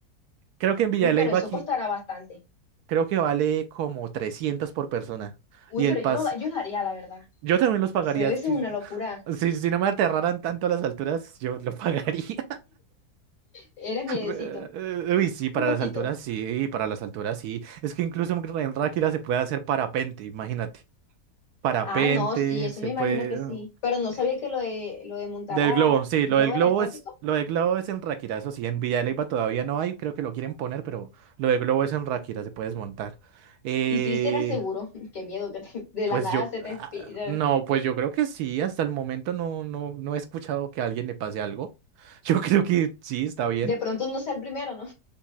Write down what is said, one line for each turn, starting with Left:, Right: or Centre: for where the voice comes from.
Right: Creo que en Villa
Left: Uy,
Right: de
Left: pero
Right: Leyva
Left: eso
Right: aquí,
Left: costará bastante.
Right: creo que vale como 300 por persona.
Left: Uy,
Right: Y
Left: pero
Right: el
Left: yo
Right: pas,
Left: lo, yo lo haría, la verdad.
Right: yo también los pagaría.
Left: Eso debe
Right: Si,
Left: ser una locura.
Right: si, si no me aterraran tanto las alturas, yo lo <laughs> pagaría.
Left: Eres miedecito.
Right: Eh, Uy, sí, para
Left: Un poquito.
Right: las alturas sí, para las alturas sí. Es que incluso en en Ráquira se puede hacer parapente, imagínate. Parapente,
Left: Ah, no, sí, eso
Right: se
Left: me imagino
Right: puede...
Left: que sí.
Right: ¿no?
Left: Pero no
Right: eh,
Left: sabía que lo de, lo de montar
Right: Del
Left: a
Right: globo, sí,
Left: globo
Right: lo del globo
Left: era estático.
Right: es, lo del globo es en Ráquira, eso sí, en Villa de Leyva todavía no hay, creo que lo quieren poner, pero lo del globo es en Ráquira, se puede desmontar. Eh,
Left: Y sí será seguro. <laughs> Qué miedo que te- de
Right: pues
Left: la nada
Right: yo,
Left: se te...
Right: ah,
Left: espi- se-
Right: no, pues yo creo que sí, hasta el momento no, no, no he escuchado que a alguien le pase algo. <laughs> Yo creo que sí, está bien.
Left: De pronto no sea el primero, ¿no?